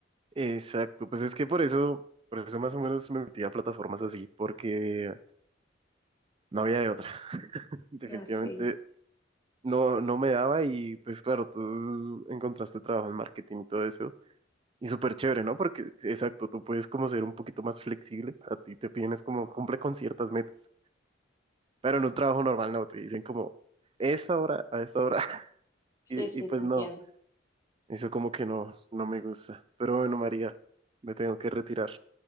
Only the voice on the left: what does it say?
Ah, sí,
sí,
sí,
te entiendo.